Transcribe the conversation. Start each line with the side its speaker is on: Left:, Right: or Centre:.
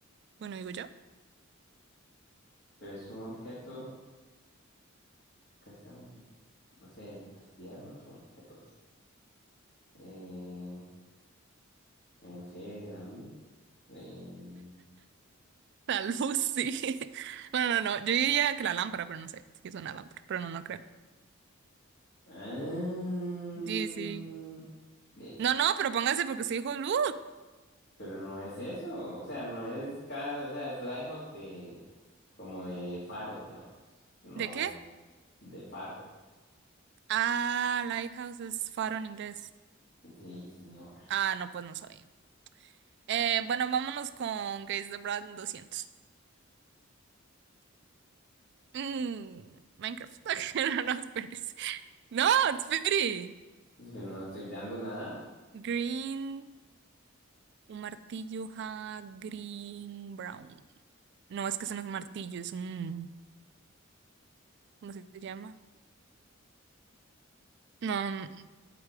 Right: Bueno, digo yo.
Left: pero es un objeto. Casa, bombillo. No sé, electricidad no es un objeto. ¿O sí. Eh, ay, no sé, la luz. eh,
Right: <laughs> Tal vez sí. <laughs> No, no, no. Yo diría que la lámpara, pero no sé si es una lámpara, pero no, no creo.
Left: ah,
Right: Sí, sí.
Left: es-
Right: No, no, pero póngase porque se dijo luz.
Left: pero no es eso. O sea, no es casa. O sea, es lighthouse de. Como de faro, digamos. No
Right: ¿De qué?
Left: es de faro.
Right: Ah, lighthouse es faro en inglés.
Left: Sí, señora.
Right: Ah, no, pues no sabía. Eh, bueno, vámonos con Gaze the Brand doscientos Mm, Minecraft. <laughs> No, no, espérese. No, espere.
Left: Si No estoy dando nada.
Right: Green, un martillo, ja, green, brown. No, es que eso no es un martillo, es un... ¿Cómo se llama? No.